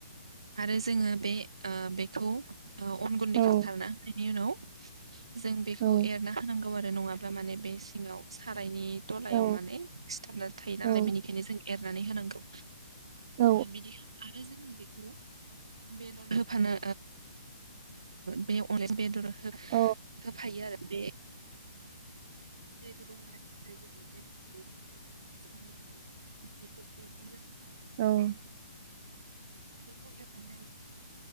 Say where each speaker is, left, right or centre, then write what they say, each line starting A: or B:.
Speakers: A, on the right (about 80°); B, on the right (about 30°).
A: आरो जोङो बे बेखौ अन गुन्दैखौ
B: औ
A: सारना होनायनि उनाव जों बेखौ
B: औ
A: एरना होनांगौ आरो नङाब्ला माने बे सिङाव सा दायनि दलायाव
B: औ
A: माने सिथाबना थायो नालाय
B: औ
A: बेनिखायनो जों एरनानै होनांगौ
B: औ
A: बिदि खालाम आरो जोङो बेखौ बेदर होफानो बे <unintelligible> बेदर होफायो
B: औ
A: आरो बे <inaudible> <unintelligible>
B: औ
A: बेखौ एवफामनायाव जों